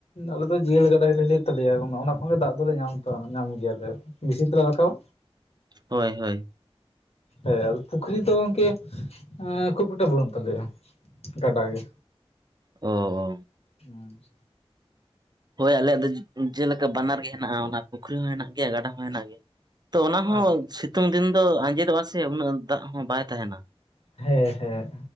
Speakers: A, on the left (about 80°); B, on the right (about 45°).
A: ᱟᱞᱮ ᱫᱚ ᱡᱤᱭᱟᱹᱲ ᱜᱟᱰᱟ ᱜᱮᱞᱮ ᱞᱟᱹᱭ ᱛᱟᱞᱮᱭᱟ ᱚᱱᱟ ᱠᱷᱚᱱ ᱜᱮ ᱫᱟᱜ ᱫᱚᱞᱮ ᱧᱟᱢ ᱫᱟ ᱧᱟᱢ ᱜᱮᱭᱟᱞᱮ ᱢᱮᱥᱤᱱ ᱛᱮᱞᱮ ᱨᱟᱠᱟᱵᱟ
B: ᱦᱳᱭ ᱦᱳᱭ
A: ᱦᱮᱸ ᱟᱫᱚ ᱯᱩᱠᱷᱨᱤ ᱫᱚ ᱜᱚᱝᱠᱮ ᱮᱸ ᱠᱷᱩᱵ ᱮᱠᱴᱟ ᱵᱟᱹᱱᱩᱜ ᱛᱟᱞᱮᱭᱟ ᱜᱟᱰᱟ ᱜᱮ᱾
B: ᱚ ᱾
A: ᱦᱩᱸ
B: ᱦᱳᱭ ᱟᱞᱮᱭᱟᱜ ᱫᱚ ᱡᱮᱞᱮᱠᱟ ᱵᱟᱱᱟᱨ ᱜᱮ ᱦᱮᱱᱟᱜᱼᱟ ᱚᱱᱟ ᱯᱩᱠᱷᱨᱤ ᱦᱚᱸ ᱦᱮᱱᱟᱜ ᱜᱮᱭᱟ ᱜᱟᱰᱟ ᱦᱚᱸ ᱦᱮᱱᱟᱜ ᱜᱮᱭᱟ ᱛᱚ ᱚᱱᱟ ᱦᱚᱸ
A: ᱟᱨ
B: ᱥᱤᱛᱩᱝ ᱫᱤᱱ ᱫᱚ ᱟᱸᱧᱡᱮᱫᱚᱜᱼᱟ ᱥᱮ ᱩᱱᱟᱹᱜ ᱫᱟᱜ ᱦᱚᱸ ᱵᱟᱭ ᱛᱟᱦᱮᱱᱟ
A: ᱦᱮᱸ ᱦᱮᱸ